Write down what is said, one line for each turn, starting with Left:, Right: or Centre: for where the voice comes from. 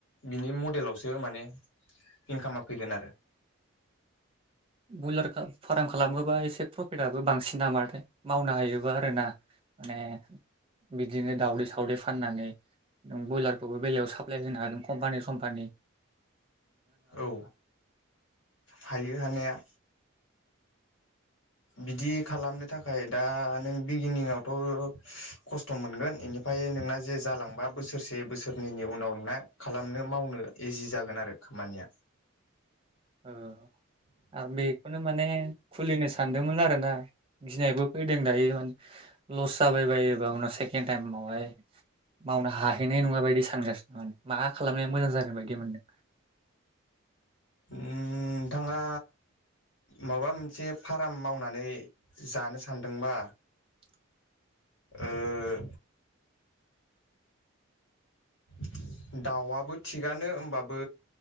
Left: बिनि मडेलावसो माने इनकामा फैगोन आरो
Right: <inaudible> बयलार फाराम खालामोबा एसे प्रफिटआबो बांसिन नामाथाइ मावनो हायोबा आरोना माने बिदिनो दावदै सावदै फाननानै उम बयलारखौबो बेलेगायाव साप्लाय होनो हागोन कम्पानि समम्पानि
Left: औ हायो हानाया बिदि खालामनो थाखाय दा नों बिगिनिंआवथ' खस्थ' मोन गोन इनिफ्राय नोंना जे जालांबा बोसोरसे बोसोरनैनि उनाव नोंना खालामनो मावनो इजि जागोन आरो खामानिआ
Right: नोंथां आरो बेखौनो माने खुलिनो सानदोंमोन आरो ना गिनायबो फैदों दायो माने ओह‌ ल'स जाबाय बायोबा उनाव सेकेण्ड टाइमावहाय मावनो हाहैनाय नङा बायदि सानगासिनो माने मा खालामनाया मोजां जागोन बायदि मोनदों
Left: उम नोंथांआ माबा मोनसे फाराम मावनानै जानो सानदोंबा
Right: <inaudible>
Left: ओह <inaudible> दाउआबो थिगानो हमबाबो